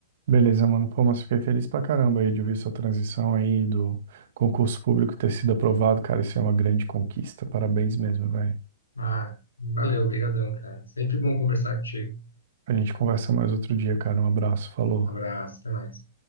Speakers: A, on the right; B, on the left.
A: beleza, mano. Pô, mas fiquei feliz pra caramba aí de ouvir sua transição aí do concurso público ter sido aprovado, cara. Isso é uma grande conquista. Parabéns mesmo, velho.
B: Ah, valeu, obrigadão, cara. Sempre bom conversar contigo.
A: A gente conversa mais outro dia, cara. Um abraço. Falou.
B: Abraço, até mais.